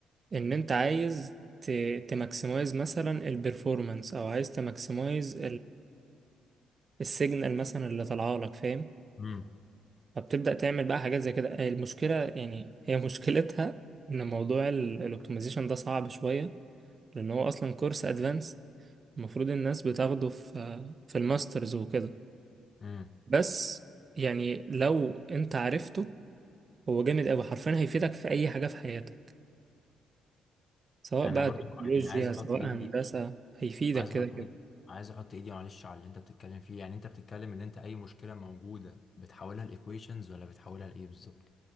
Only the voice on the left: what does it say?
امم
امم.
انا
برضو
يعني عايز احط
ايدي
عايز
احط
ايدي عايز احط ايدي معلش على اللي انت بتتكلم فيه يعني انت بتتكلم ان انت اي مشكله موجوده بتحولها لايكويشنز ولا بتحولها لايه بالظبط